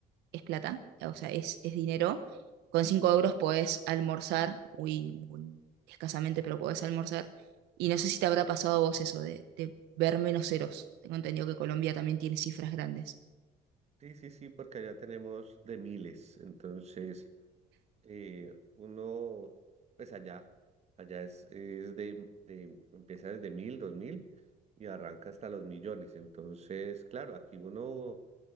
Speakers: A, on the right; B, on the right.
A: es plata, o sea, es, es dinero. Con 5 euros podés almorzar, muy, muy escasamente, pero podés almorzar. Y no sé si te habrá pasado a vos eso de, de ver menos ceros. Tengo entendido que Colombia también tiene cifras grandes.
B: sí, sí, sí, porque allá tenemos de miles. Entonces, eh, uno, pues allá, allá es, es de, de- empieza desde mil, dos mil y arranca hasta los millones. Entonces, claro, aquí uno,